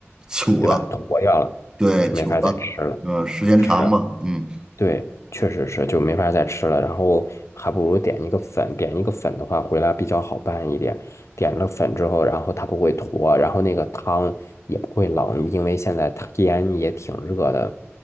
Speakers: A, on the right; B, on the left.
A: 糗了，
B: 对吧，坨掉了，
A: 对，
B: 就没法再吃了。
A: 糗了，嗯，时间长嘛，
B: 是，
A: 嗯
B: 对，确实是，就没法再吃了。然后还不如点一个粉，点一个粉的话，回来比较好拌一点。点了粉之后，然后它不会坨，然后那个汤也不会冷，因为现在天也挺热的，